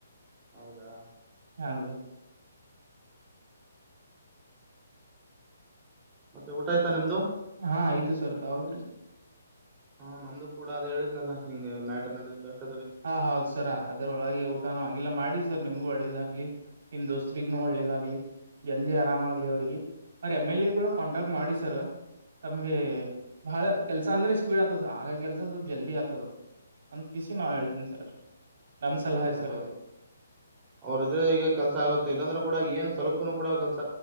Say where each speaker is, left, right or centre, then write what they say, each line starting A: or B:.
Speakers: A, on the right; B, on the right.
A: ಹೌದಾ
B: ಹೌದು
A: ಮತ್ತೆ ಊಟ ಆಯ್ತಾ ನಿಮ್ದ
B: ಹಾ ಆಯ್ತು ಸರ್ ತಾವು
A: ಹಾ ನಮ್ದು ಕೂಡ ಅದೆ ಹೇಳಿದ್ಲಲ್ಲ ನಿಮ್ಗೆ ಮ್ಯಾಟರ್ ನಡದಿತ್ತು ಅಷ್ಟ
B: ಹಾ ಹೌದ್ ಸರ ಅದ್ರೊಳಗೆ ಊಟಾನೂ ಆಗಲ್ಲ ಮಾಡಿ ಸರ್ ನಿಮ್ಗೂ ಒಳ್ಳೇದ ನಿಮ್ ದೋಸ್ತಿಗು ಒಳ್ಳೇದಾಗ್ಲಿ ಜಲ್ದಿ ಆರಾಮಾಗ್ಲಿ ಅವ್ರಿಗೆ ಅವ ಎಮ್ ಎಲ್ ಎ ಕೂಡ ಕಾಂಟಾಕ್ಟ್ ಮಾಡಿ ಸರ್ ತಮ್ಗೆ ಬಹಳ ಕೆಲ್ಸ ಅಂದ್ರೆ ಸ್ಪೀಡ್ ಆತದ ಹಾಗ ಕೆಲ್ಸ ಸ್ವಲ್ಪ ಜಲ್ದಿ ಆಗ್ತದ ಒಂದ ಪಿಸಿ ನಾ ಹೇಳ್ತೀನಿ ಸರ್ ನಮ್ ಸಲಹೆ
A: ಹೌದ
B: ಸರ್
A: ಹೌದು
B: ಇದು
A: ಅವ್ರ ಇದ್ರೆ ಈಗ ಕೆಲ್ಸ ಆಗುತ್ತೆ ಇಲ್ಲಾಂದ್ರೂ ಕೂಡ ಏನ್ ಸ್ವಲ್ಪನೂ ಕೂಡ ಕೆಲ್ಸ